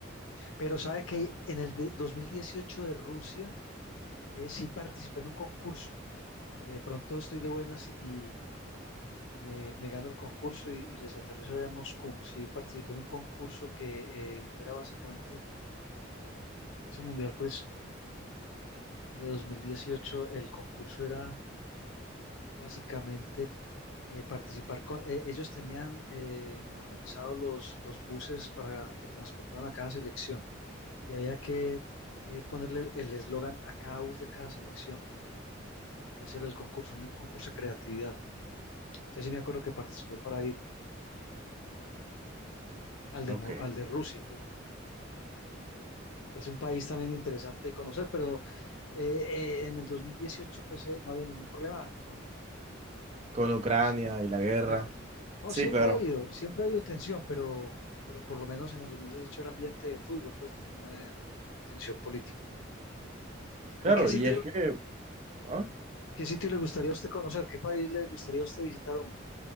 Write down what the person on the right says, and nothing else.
Ok.
Con Ucrania
y la guerra.
Sí,
claro.
Claro,
y es que, ah,